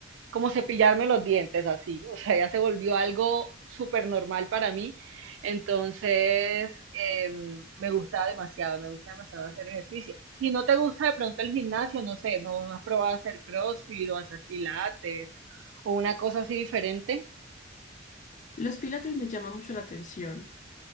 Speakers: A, on the right; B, on the left.
A: como cepillarme los dientes así, o sea, ya se volvió algo súper normal para mí. Entonces, em, me gusta demasiado, me gusta demasiado hacer ejercicio. Si no te gusta de pronto el gimnasio, no sé, no has probado hacer CrossFit o hacer pilates o una cosa así diferente.
B: Los pilates me llaman mucho la atención,